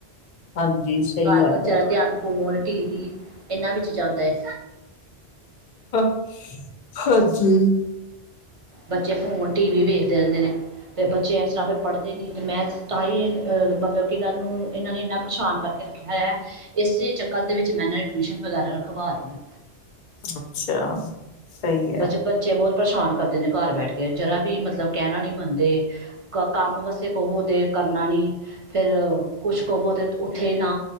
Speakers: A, on the left (about 55°); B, on the right (about 40°).
A: ਹਾਂਜੀ ਸਹੀ
B: ਘਰ
A: ਗੱਲ
B: ਬੱਚਿਆਂ
A: ਐ।
B: ਦਾ ਧਿਆਨ ਫੋਨ ਟੀ ਵੀ ਇਹਨਾਂ ਵਿੱਚ ਜਾਂਦਾ ਹੈ
A: <inaudible> ਹਾਂਜੀ
B: ਬੱਚੇ ਫੋਨ ਟੀ ਵੀ ਵੇਖਦੇ ਰਹਿੰਦੇ ਨੇ। ਅਤੇ ਬੱਚੇ ਇਸ ਤਰ੍ਹਾਂ ਫਿਰ ਪੜ੍ਹਦੇ ਨਹੀਂ ਅਤੇ ਮੈਂ ਤਾਂ ਹੀ ਮਤਲਬ ਕਿ ਇਹਨਾਂ ਨੂੰ ਇਹਨਾਂ ਨੇ ਇੰਨਾ ਪਰੇਸ਼ਾਨ ਕਰਕੇ ਰੱਖ ਇਸੇ ਚੱਕਰ ਦੇ ਵਿੱਚ ਮੈਂ ਨਾਂ ਟਿਊਸ਼ਨ ਵਗੈਰਾ ਰਖਵਾ ਰਹੀ ਹਾਂ।
A: ਅੱਛਾ ਸਹੀ ਐ।
B: ਬ ਬੱਚੇ ਬਹੁਤ ਪਰੇਸ਼ਾਨ ਕਰਦੇ ਨੇ ਘਰ ਬੈਠ ਕੇ ਜਰਾ ਵੀ ਮਤਲਬ ਕਹਿਣਾ ਨੀ ਮੰਨਦੇ। ਕੰਮ ਵਾਸੇ ਕੁਵੋ ਤੇ ਕਰਨਾ ਨੀ। ਫਿਰ ਕੁਛ ਕੁਵੋ ਤਾਂ ਉੱਥੇ ਨਾ